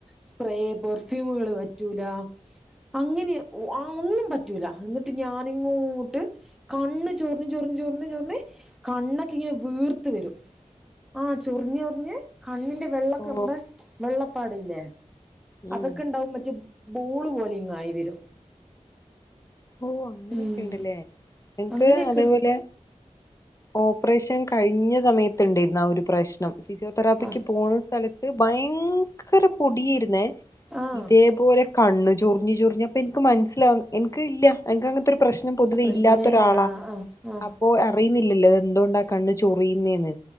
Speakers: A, in the centre; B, on the left.
A: സ്പ്രേ പെർഫ്യൂമുകള് പറ്റൂല അങ്ങനെ ഓ ആ ഒന്നും പറ്റൂല എന്നിട്ട് ഞാനിങ്ങോട്ട് കണ്ണ് ചൊറിഞ് ചൊറിഞ് ചൊറിഞ് ചൊറിഞ് കണ്ണൊക്കെ ഇങ്ങനെ വീർത്ത് വരും ആഹ് ചൊറിഞ്ഞ് ചൊറിഞ്ഞ് കണ്ണിന്റെ വെള്ളൊക്കെ
B: ഓ
A: നമ്മടെ വെള്ളപ്പാട്ല്ലേ
B: ഉം
A: അതൊക്കെ ഇണ്ടാവും മറ്റേ ബോള് പോലെ ഇങ്ങ് ആയി വരും
B: ഓഹ് അങ്ങനെയൊക്കെ
A: ഉം
B: ഇണ്ട്ല്ലേ എൻക്ക്
A: അങ്ങനെയൊക്കെ
B: അതേപോലെ ഓപ്പറേഷൻ കഴിഞ്ഞ സമയത്തുണ്ടേയിരുന്നു ആ ഒരു പ്രശ്നം ഫിസിയോതെറാപ്പിക്ക്
A: ആഹ്
B: പോകുന്ന സ്ഥലത്ത് ഭയങ്കര പൊടിയായിരുന്നേ
A: ആഹ്
B: ഇതേപോലെ കണ്ണ് ചൊറിഞ്ഞ് ചൊറിഞ്ഞ് അപ്പ എൻക്ക് മനസിലാവു എൻക്ക്ല്ല എൻക്ക് അങ്ങ ത്തൊരു പ്രശ്നം പൊതുവേ
A: പ്രശ്നേ
B: ഇല്ലാത്ത ഒരാളാ
A: ഇല്ല ആഹ് ആഹ്
B: അ പ്പോ അറിയുന്നില്ലല്ലോ എന്തുകൊണ്ടാ കണ്ണ് ചൊറിയുന്നേന്ന്